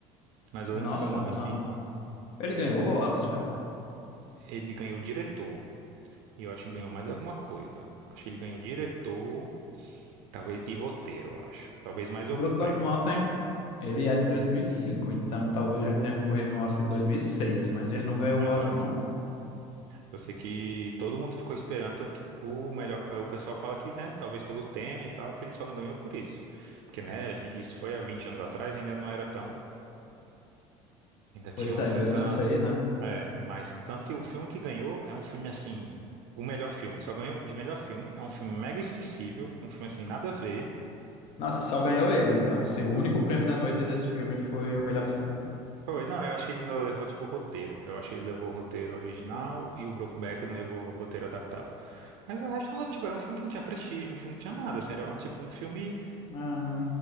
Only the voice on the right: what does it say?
mas eu
lembro que foi um ano
assim.
eu-
Ele ganhou o diretor e eu acho que ganhou mais alguma coisa. Acho que ele ganhou diretor, talvez e roteiro, eu acho. Talvez mais algum
prêmio.
exato
Eu sei que todo mundo ficou esperando, tanto que o melhor, eh, o pessoal fala que, né, talvez pelo Temer e tal, que ele só não ganhou por isso. Porque, né, a gen- isso foi há 20 anos atrás, ainda não era tão, ainda tinha
uma
certa,
é, mas tanto que o filme que ganhou é um filme assim, o melhor filme, só ganhou de melhor filme, é um filme mega esquecível, um filme assim nada a ver.
Foi, não, eu acho que ele ainda levou tipo roteiro. Eu acho que ele levou o roteiro original e o Brokeback não levou o roteiro adaptado. Mas o resto não levou, tipo, era um filme que não tinha prestígio, um filme que não tinha nada, assim, era tipo um filme